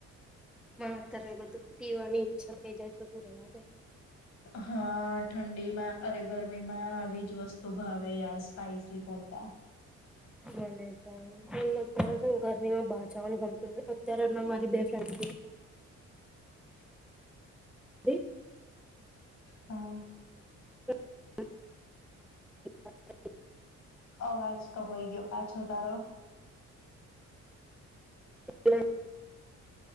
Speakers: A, in the centre; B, on the left.
A: અત્યારે બધું પીવાની ઈચ્છા થઈ જાય તો તું રે વા દે.
B: હા ઠંડીમાં અરે ગરમીમાં આવી જ વસ્તુ ભાવે યાર સ્પાઈસી કરતા.
A: મને પણ અત્યારે ઘરમાં બહાર જવાનું ગમતું નથી અતિયારે મારી બેન ફ્રેન્ડ નીકળી
B: હા
A: <inaudible>
B: અવાજ. કપાઈ ગયો પાછો તરો
A: <inaudible>